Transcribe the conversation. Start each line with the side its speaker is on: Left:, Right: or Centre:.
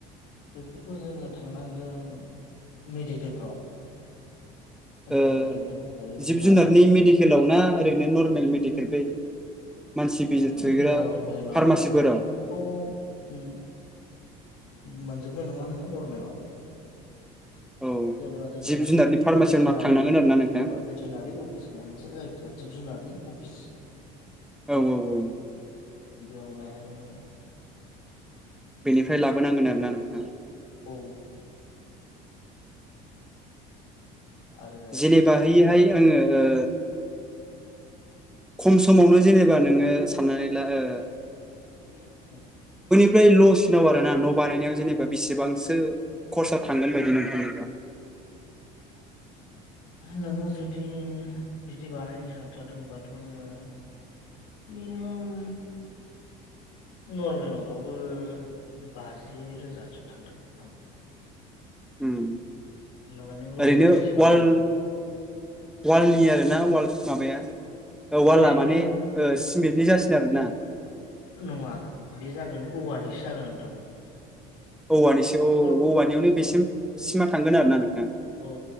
Left: बेखौथ' जोङो थांनांगोन मेडिकेलफ्राव। ओमफ्राय
Centre: ओ
Left: ओरैनो दंखायो
Centre: जिब
Left: जोंना
Centre: जुनारनि मेडिकेलाव ना ओरैनो नर्मेल मेडिकेल बै मानसि
Left: अ
Centre: बिजि थुग्रा
Left: नर्मेलावबोथ'
Centre: फार्मासिफोराव
Left: उम मोनजोबनाय नङा नोङो नर्मेलाव।
Centre: औ
Left: जेनेबा जों
Centre: जिब
Left: थांनांगोन
Centre: जुनारनि फार्मासियाव
Left: भेटेनारि
Centre: ना थांनांगोन आरो ना
Left: जेनेबा
Centre: नोंथां
Left: भेटेनारि अफिस होननाय मोनसे जायखिया जिब जुनारनि अफिस
Centre: औ औ औ।
Left: बिदियाव लायनांगोन नोङो।
Centre: बेनिफ्राय लाबोनांगोन आरोना नोंथां।
Left: औ <inaudible> आरो
Centre: जेनेबा हैयोहाय आङो ओ खम समावनो जेनेबा नोङो साननानै ला ओ
Left: <inaudible>
Centre: फ्राय ल'सिनाव आरो ना न' बानायनायाव जेनेबा बेसेबांसो करसा थांगोन बायदि नोंथांनिबा?
Left: नोङो जुदि बिदि बानायनो सानथारदोंबाथ' नोङो मिनिमाम नर्मेलाव बाबो बाजि रोजासो थांगोन दां।
Centre: उम
Left: ला नों रुम
Centre: ओरैनो
Left: मोनब्रैसो बानायोबा
Centre: वाल वालनि आरोना वाल माबाया ओ वाला
Left: ओरैनो
Centre: माने सिमेन्टनि जासिनो आरोना‌।
Left: नङा बे जागोन औवानिसो जागोन नोंथां।
Centre: औवानिसो
Left: अखल
Centre: औ औवानियावनो बेसिम सिमा थांगोन आरो ना नों
Left: औ